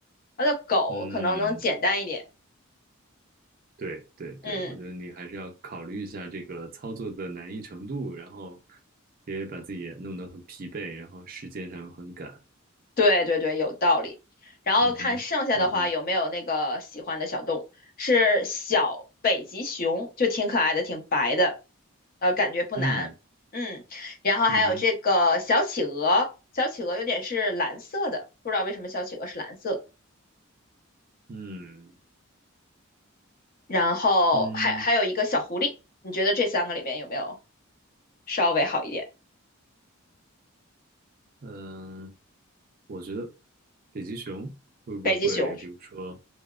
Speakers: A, on the left; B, on the right.
A: 它的狗可能能简单一点。
B: 嗯，对对对，
A: 嗯。
B: 我觉得你还是要考虑一下这个操作的难易程度，然后别把自己也弄得很疲惫，然后时间上又很赶。
A: 对对对，有道理。然后看剩下的话有没有那个喜欢的小动物，
B: 嗯哼，嗯哼，
A: 是小北极熊，就挺可爱的，挺白的，呃，感觉不难。
B: 嗯，
A: 嗯，然后还有这个小企鹅，
B: 嗯哼，
A: 小企鹅有点是蓝色的，不知道为什么小企鹅是蓝色的。
B: 嗯
A: 然后还还有一个小狐狸，
B: 嗯
A: 你觉得这三个里面有没有稍微好一点？
B: 嗯，我觉得北极熊会不会，
A: 北极熊，
B: 比如说，